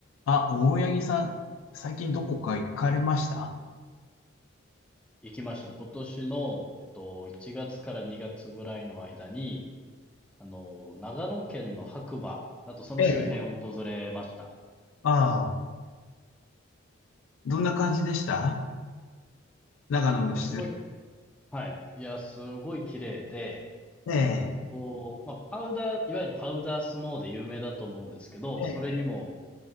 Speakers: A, on the left; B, in the centre.
A: あ、大八木さん、最近どこか行かれました
B: 行きました。今年の、えっと、1月から2月ぐらいの間に、あの、長野県の白馬、あとその周辺を訪れました。
A: ええ、ああ、どんな感じでした長野の自然。
B: いや、すごい、はい。いや、すごい綺麗で、
A: ええ。
B: こう、まあ、パウダー、いわゆるパウダースノーで有名だと思うんですけど、
A: ええ、
B: それにも